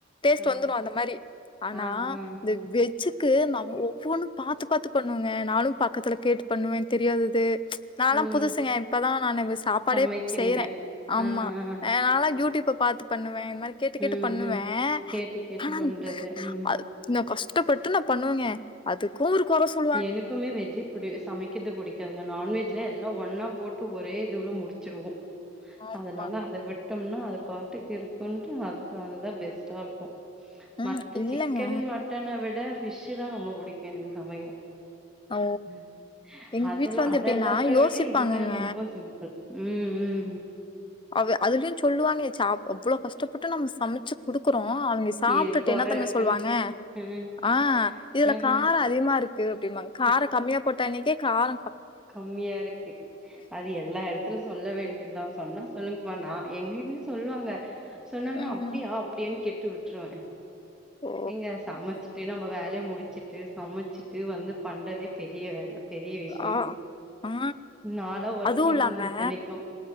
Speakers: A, on the left; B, in the centre.
A: டேஸ்ட்
B: ஆ
A: வந்துரு அந்த மாரி ஆனா
B: ஆ ஆ ஆ
A: இந்த வெஜ்ஜிக்கு நம்ம ஒவ்வொன்னு பாத்து பாத்து பண்ணுவங்க நாளு பக்கத்துல கேட்டு பண்ணுவே தெரியாதது நாலா
B: ம்
A: புதுசுங்க இப்பதா நானு வே சாப்பாடே
B: சமைக்கிறீங்க
A: செய்யற ஆமா
B: ஆ ஆ
A: அதனால யூடூப்ப பாத்து பண்ணுவே இந் மாரி கேட்டு கேட்டு
B: ம்
A: பண்ணுவே
B: ம் கேட்டு கேட்டு
A: ஆனா
B: பண்றது ம்
A: அத் இன்னு கஷ்டப்பட்டு நா பண்ணுவேங்க அதுக் கு ஒரு கொற சொல்
B: எனக்குமே வெஜ் புடி சமைக்கற்து புடிக்காதுங்க நான்வெஜ் ல எல்லா ஒன்னா போட்டு ஒரே இதுவுல முடிச்சிருவோ
A: ஆமா
B: அதனால அத வி ட்டம்னா அது பாட்டுக்கு இருக்குன்டு அது அதுதா பெஸ்ட்டா இருக்கு
A: ம்
B: மத்த
A: இல்லங்க
B: சிக்கன் மட்டன விட ஃபிஷ் தா ரொம்ப புடிக்கு எனக்கு சமைய
A: ஓ
B: ம்
A: எங்க
B: அதெல்லா
A: வீட்ல வந்து
B: அதெல்லாத்த
A: எப்டின்னா யோசிப்பாங்கங்க
B: விட இதுதா ரொம்ப சிம்பள் ம் ம்
A: அவ அதுலயு சொல்லுவாங்க சாப்ட அவ்ளோ கஷ்ட பட்டு நம்ம சமைச்சு குடுக்குறோ அவிய்ங்க சாப்ட்டுட்டு
B: இது கொற
A: என்ன தெரிமா
B: இருக்குன்னு
A: சொல்லுவாங்க
B: ம்
A: ஆ இதுல
B: ம்
A: கார அதிகமா இருக்கு அப்டிமாங்க கார
B: உப்பு
A: கம்மியா போட்டா அன்னேக்கே கார
B: கம்மியா இருக்கு அது எல்லா எடத் த்துல சொல்ல வேண்டியத்தா சொன்னா சொல்லுங் பா எங்க வீட்லயு சொல்வாங்க சொன்னாங்ன்னா
A: ம்
B: அப் டியா அப்டின்ன கேட்டு விட்ருவே
A: ஓ
B: எங்க சமச்சிட்டு நம்ம வேலைய முடிச்சுட்டு சமச்சிட்டு வந்து பண்றதே பெரிய வேலை பெரிய விஷ்யோ
A: ஆ ஆ
B: நாலா ஒர்க்கிங்
A: அதுவு இல்லாம
B: தா இத்தனைக்கு